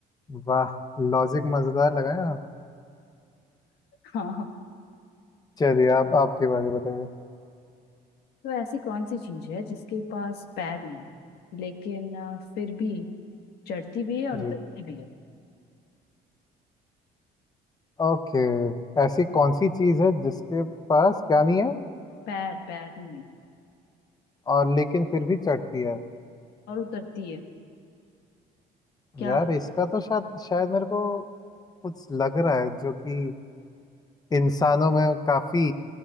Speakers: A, on the left; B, on the left.
A: वाह लॉजिक मजेदार लगाए आप
B: हाँ हाँ
A: चलिए आप आपकी बारी बताइए
B: तो ऐसी कौन सी चीज है जिसके पास पैर नहीं है, लेकिन अ, फिर भी चढ़ती भी है और
A: जी
B: उतरती भी है
A: ओके ऐसी कौन सी चीज है जिसके पास क्या नहीं है
B: पैर पैर नहीं है
A: और लेकिन फिर भी चढ़ती है
B: और उतरती है क्या
A: यार इसका तो शायद शायद मेरे को कुछ लग रहा है जो कि इंसानों में काफी